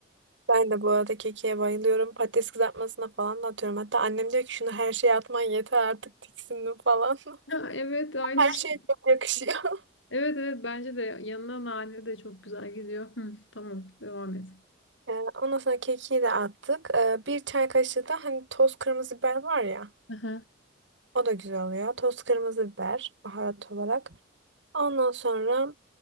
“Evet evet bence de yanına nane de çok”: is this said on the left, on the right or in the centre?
Left